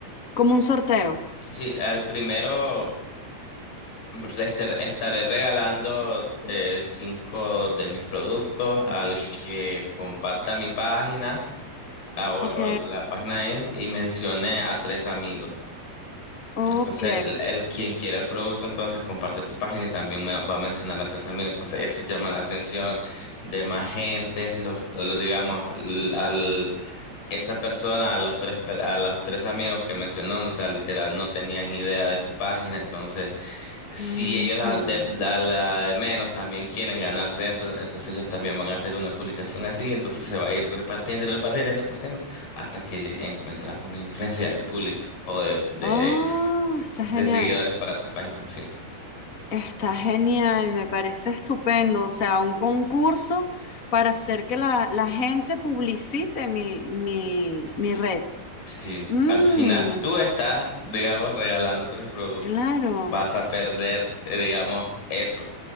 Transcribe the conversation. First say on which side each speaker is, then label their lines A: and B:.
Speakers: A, on the left; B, on the left.
A: Como un sorteo.
B: sí, al primero. Te estar- Estaré regalando eh, cinco de mis productos al que comparta mi página ah, o,
A: Ok,
B: o la página en- y mencione a tres amigos.
A: ok.
B: Entonces, el, el- quien quiera el producto, entonces comparte tu página y también me va a mencionar a tres amigos. Entonces, eso llama la atención de más gente, los, los, digamos, al, al- esa persona, a los tres, per- a los tres amigos que mencionó, o sea, literal, no tenían idea de tu página, entonces si
A: Ujú.
B: ellos al de, da la de menos también quieren ganarse, entonces, entonces ellos también van a hacer una publicación así, entonces se va a ir repartiendo y repartiendo y repartiendo hasta que encuentras una influencia de público o de, de,
A: Oh, está
B: de
A: genial.
B: seguidores para tu página. Sí,
A: Está genial, me parece estupendo. O sea, un concurso para hacer que la, la gente publicite mi, mi, mi red.
B: sí.
A: Mm,
B: Al final tú estás, digamos, regalando tres productos.
A: claro.
B: Vas a perder, eh, digamos, eso,